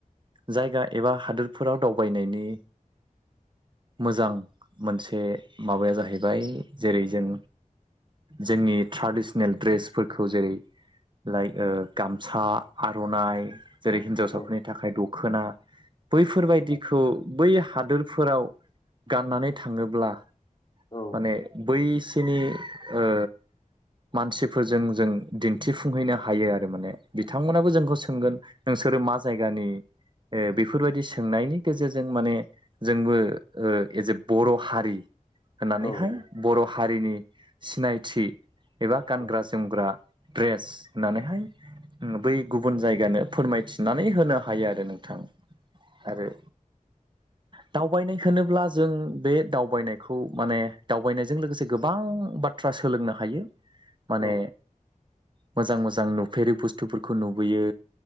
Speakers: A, on the right (about 35°); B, on the left (about 35°).
A: जायगा एबा हादोर फोराव दावबायनायनि मोजां मोनसे माबाया जाहैबाय जेरै जों जोंनि ट्रेडिसनेल ड्रेसफोरखौ जेरै लाइ गामसा आर'नाइ जेरै हिन्नजावसाफोरनि
B: औ
A: थाखाय दख'ना बैफोरबायदिखौ बै हादोरफोराव गाननानै थाङोब्ला
B: औ
A: माने बैसोरनि ओ मानसिफोरजों जों दिन्थिफुंहैनो हायो आरो माने बिथांमोनाबो जोंखौ सोंगोन नों र मा जायगानि ओ बेफोरबायदि सोंनायनि गेजेरजों माने ओ जोंबो एज ए बर' हारि होननानैहाय
B: औ
A: बर' हारिनि सिनायथि एबा गानग्रा-जोमग्रा
B: औ
A: ड्रेस होननानैहाय बै गुबुन जायगानो फोरमायथिनानै होनो हायो आरो नोंथां। आरो
B: <unintelligible>
A: दावबायनाय होनोब्ला जों बे दावबायनायखौ माने दावबायनायजों लोगोसे गोबां बाथ्रा सोलोंनो हायो माने
B: औ
A: मोजां मोजां नुफेरै बुस्थुफोरखौ नुबोयो